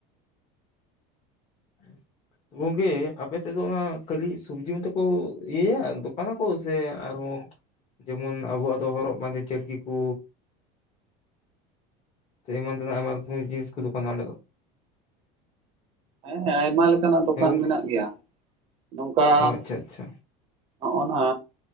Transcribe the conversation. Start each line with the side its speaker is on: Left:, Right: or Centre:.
Left: <inaudible> ᱜᱚᱝᱠᱮ ᱟᱯᱮ ᱥᱮᱫ ᱫᱚ ᱚᱱᱟ ᱠᱷᱟᱹᱞᱤ ᱥᱚᱵᱽᱡᱤ ᱢᱚᱛᱚ ᱠᱚ ᱤᱭᱟᱹᱭᱟ ᱫᱚᱠᱟᱱᱟᱠᱚ ᱥᱮ ᱟᱨᱦᱚᱸ ᱡᱮᱢᱚᱱ ᱟᱵᱚᱣᱟᱜ ᱫᱚ ᱦᱚᱨᱚᱜ ᱵᱟᱸᱫᱮ ᱪᱟᱹᱴᱠᱤ ᱠᱚ ᱪᱮ ᱮᱢᱟᱱ ᱛᱮᱱᱟᱜ ᱟᱭᱢᱟ ᱨᱚᱠᱚᱢ ᱡᱤᱱᱤᱥ ᱠᱚ ᱫᱚᱠᱟᱱ ᱚᱸᱰᱮ ᱫᱚ?
Right: ᱦᱮᱸ ᱟᱭᱢᱟ ᱞᱮᱠᱟᱱᱟᱜ ᱫᱚᱠᱟᱱ
Left: ᱦᱮᱸ ᱜᱚᱝᱠᱮ
Right: ᱢᱮᱱᱟᱜ ᱜᱮᱭᱟ ᱱᱚᱝᱠᱟ
Left: ᱚ ᱟᱪᱪᱷᱟ ᱟᱪᱪᱷᱟ
Right: ᱦᱚᱸᱜᱚᱼᱱᱟ